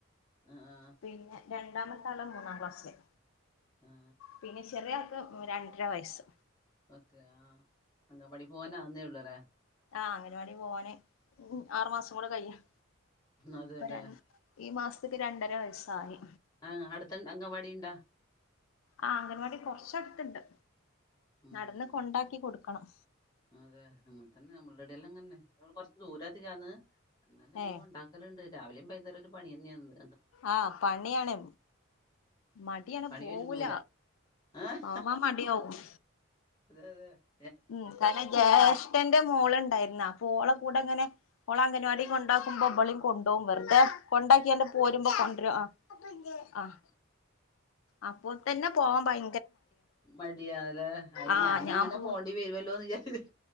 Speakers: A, on the left; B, on the left.
A: ആ ആ
B: പിന്നെ രണ്ട് രണ്ടാമത്തെ ആള് മൂന്നാം ക്ലാസ്സില്
A: ആ
B: പിന്നെ ചെറിയ ആൾക്ക് മ് രണ്ടര വയസ്സ്
A: മറ്റേ ആഹ് അങ്കവാടി പോവാനാവുന്നേള്ളൂ ല്ലേ
B: ആഹ് അങ്കനവാടി പോവാന് ഉം ആറ് മാസം കൂടെ കയ് <unintelligible>
A: അതെല്ലേ
B: ഇപ്പൊരാൻ ഈ മാസത്ത്ക്ക് രണ്ടര വയസായി.
A: ആഹ് അട്ത്തൻ അങ്കൻവാടി ണ്ടാ?
B: ആഹ് അങ്കൻവാടി കൊർച്ചട്ത്ത്ണ്ട്
A: ഉം
B: നടന്ന് കൊണ്ടാക്കി കൊട്ക്കണം.
A: അതെ അങ്ങൻത്തന്നെ അമ്മളെടെല്ലങ്ങനെന്നെ <unintelligible> കൊർച്ച് ദൂരധികാണ്. ന്നാലും നമ്മള്
B: ഏഹ്
A: കൊണ്ടാക്കല്ണ്ട് രാവിലിം ബൈന്നേരൊര് പണ്യെനെന്ന്.
B: ആഹ് പണ്യാണ്. മട്യാണ്
A: പണി
B: പോവൂല
A: ഒരുങ്ങൂല ആഹ്
B: പോവാം മട്യാവും.
A: അതെ യതെ
B: ഉം കാരണം ജേഷ്ഠൻ ൻ്റെ മോള്ണ്ടായിര്ന്ന അപ്പൊളെ കൂടെ ങ്ങനെ ഓളങ്കൻവാടി കൊണ്ടാക്കുമ്പോ ഇബളിം കൊണ്ടോവും വെർതെ കൊണ്ടാക്ക്യാണ്ട് പോരുമ്പം കൊൺര്രും ആഹ് അപ്പോ തന്നെ പോവാം ഭയ
A: മട്യാല്ലേ അയ്
B: ആഹ്
A: ഞാനും
B: ഞാൻ
A: അങ്ങനെ
B: പോ
A: പോണ്ടി വെരൊല്ലോന്ന് വിചാര്ച്ച്